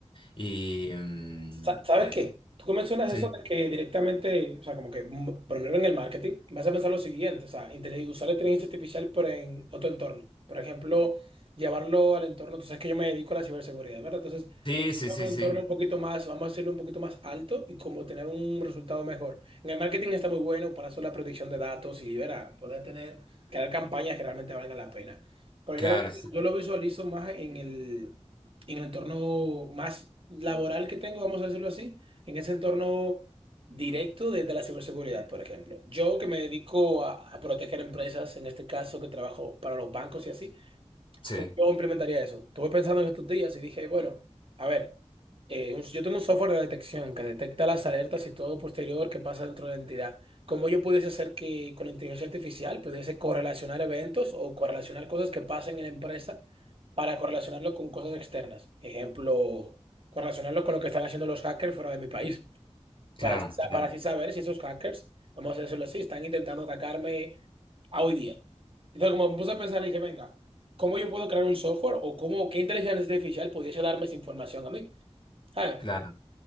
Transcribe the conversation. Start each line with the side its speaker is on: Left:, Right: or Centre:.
Left: Y mm,
Right: Sa- ¿Sabes
Left: eh,
Right: qué? Tú mencionas
Left: sí,
Right: eso de que directamente, o sea, como que mm, ponerlo en el marketing, Vas a pensar lo siguiente, o sea, intele- usar la inteligencia artificial pero en otro entorno. Por ejemplo, llevarlo al entorno, tú sabes que yo me dedico a la ciberseguridad, ¿verdad? Entonces,
Left: sí, sí, sí,
Right: un entorno
Left: sí,
Right: un poquito más, vamos a hacerlo un poquito más alto y como tener un resultado mejor. En el marketing está muy bueno para hacer la predicción de datos y verá, poder tener, crear campañas que realmente valgan la pena. Pero
Left: claro,
Right: yo lo, yo lo visualizo más en el, en el entorno más laboral que tengo, vamos a decirlo así, en ese entorno directo desde la ciberseguridad, por ejemplo. Yo que me dedico a, a proteger empresas, en este caso que trabajo para los bancos y así.
Left: sí,
Right: ¿Cómo yo implementaría eso? Estuve pensando en estos días y dije, bueno, a ver, eh, un- yo tengo un software de detección que detecta las alertas y todo posterior que pasa dentro de la entidad. ¿Cómo yo pudiese hacer que con la inteligencia artificial pudiese correlacionar eventos o correlacionar cosas que pasen en la empresa para correlacionarlo con cosas externas? Ejemplo, correlacionarlo con lo que están haciendo los hackers fuera de mi país
Left: claro,
Right: para, así sa-
Left: claro,
Right: para así saber si esos hackers, vamos a decirlo así, están intentando atacarme a hoy día. Entonces, como me puse a pensar, dije, venga, ¿cómo yo puedo crear un software o cómo, qué inteligencia artificial pudiese darme esa información a mí? ¿Sabes?
Left: claro.